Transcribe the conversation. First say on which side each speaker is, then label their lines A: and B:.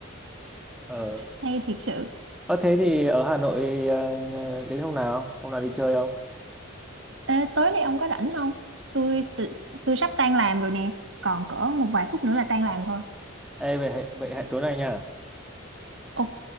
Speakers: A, in the centre; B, on the right (about 65°).
A: Ờ.
B: hay thiệt sự
A: Ờ thế thì ở Hà Nội ờ, ờ, đến hôm nào? Hôm nào đi chơi không?
B: Ê, tối nay ông có rảnh không tôi s- tôi sắp tan làm rồi nè còn cỡ một vài phút nữa là tan làm thôi
A: Ê vậy hẹn- vậy hẹn tối nay nha.
B: Ok,